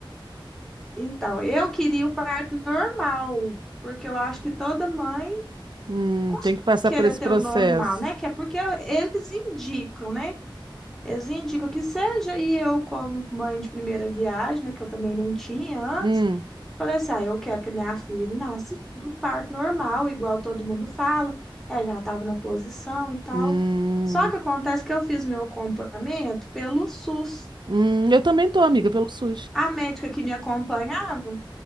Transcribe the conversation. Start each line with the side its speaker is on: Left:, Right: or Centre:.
Centre: Então, eu queria o parto normal, porque eu acho que toda mãe
Right: hum,
Centre: costuma
Right: tem que passar
Centre: querer
Right: por esse
Centre: ter
Right: processo.
Centre: o normal, né? Que é porque eles indicam, né? Eles indicam que seja, e eu, como mãe de primeira viagem, né? Que eu também não tinha antes.
Right: Hum,
Centre: Falei assim, ah, eu quero que a minha filha nasça do parto normal, igual todo mundo fala. Ela já estava na posição e tal.
Right: hum,
Centre: Só que acontece que eu fiz meu acompanhamento pelo SUS.
Right: hum, eu também tô, amiga, pelo SUS.
Centre: A médica que me acompanhava